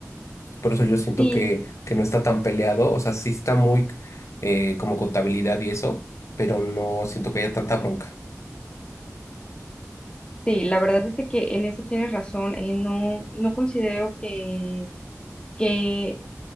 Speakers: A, on the left; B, on the left.
A: Por eso yo siento
B: Sí,
A: que, que no está tan peleado, o sea, sí está muy eh, como contabilidad y eso, pero no siento que haya tanta bronca.
B: Sí, la verdad es de que en eso tienes razón. eh, no, no considero que, que,